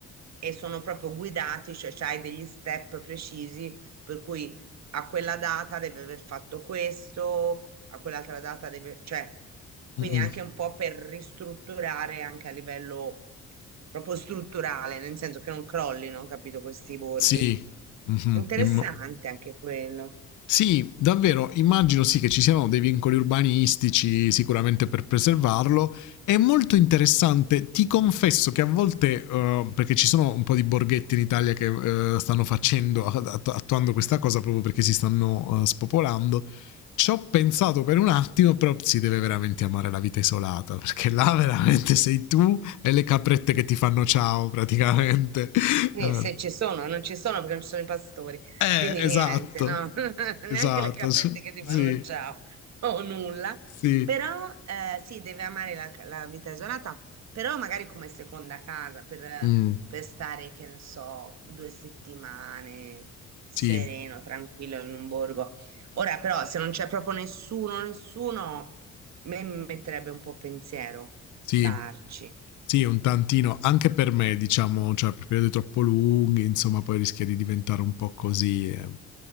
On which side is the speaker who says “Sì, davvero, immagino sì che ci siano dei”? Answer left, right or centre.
Left